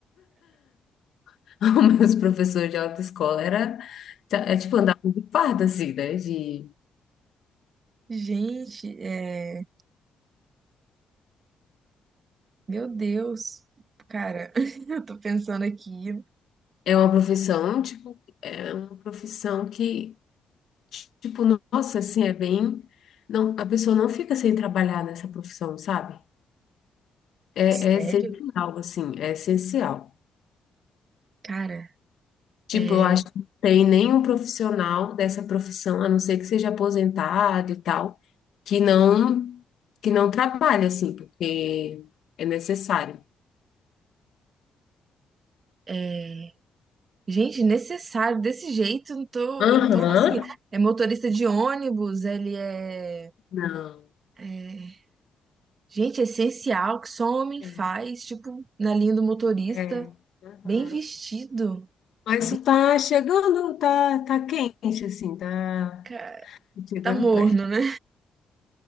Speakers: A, on the left; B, on the right.
A: <laughs> Os meus professores de autoescola era, tá, é tipo andar de farda, assim, né? De,
B: Gente, é, meu Deus. Cara, <laughs> eu tô pensando aqui.
A: é uma profissão, tipo, é uma profissão que Tipo, nossa, assim, é bem. Não, a pessoa não fica sem trabalhar nessa profissão, sabe? É,
B: Sério?
A: é essencial, assim, é essencial.
B: Cara,
A: Tipo,
B: é,
A: eu acho que não tem nenhum profissional dessa profissão, a não ser que seja aposentado e tal, que não que não trabalhe, assim, porque é necessário.
B: é, gente, necessário. Desse jeito, eu não tô,
A: Aham.
B: eu não tô conseguindo. É motorista de ônibus, ele é,
A: Não.
B: é, Gente, é essencial que só homem
A: É,
B: faz, tipo, na linha do motorista,
A: é. Aham.
B: bem vestido.
A: Mas
B: Bem,
A: tu tá chegando, tá, tá quente, assim, tá
B: cara,
A: chegando
B: tá morno,
A: perto.
B: né?